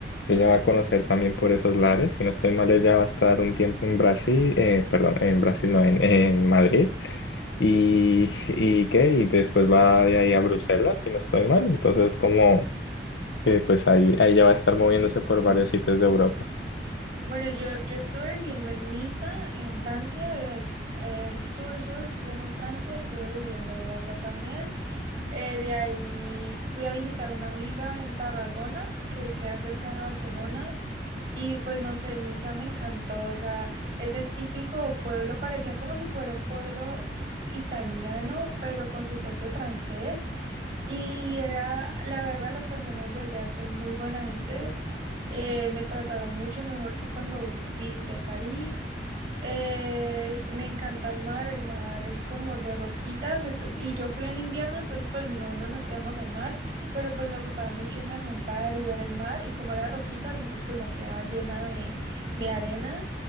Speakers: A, on the left (about 85°); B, on the right (about 30°).
A: Ella va a conocer también por esos lares. Si no estoy mal, ella va a estar un tiempo en Brasil, eh, perdón, en Brasil, no, en, en Madrid. Y, <laughs> y qué, y después va de ahí a Bruselas, si no estoy mal. Entonces, como que pues ahí, ahí ya va a estar moviéndose por varios sitios de Europa.
B: Bueno, yo, yo estuve viviendo en Niza, en Francia, es el sur-sur de Francia, estuve viviendo allá también. Eh, de ahí fui a visitar una amiga en Tarragona, que queda cerca de Barcelona, y pues no sé, Niza me encantó, o sea, es el típico pueblo, parecía como si fuera un pueblo italiano, pero con su toque francés, y era, la verdad, las personas de allá son muy buenas gentes, eh, me trataron mucho mejor que cuando visité París. Eh, me encanta el mar, el mar es como de roquitas, entonces, y yo fui en invierno, entonces pues no nos metíamos al mar, pero pues me gustaba mucho irme a sentar y ver el mar, y como era de roquitas, entonces pues no quedaba llena de, de arena.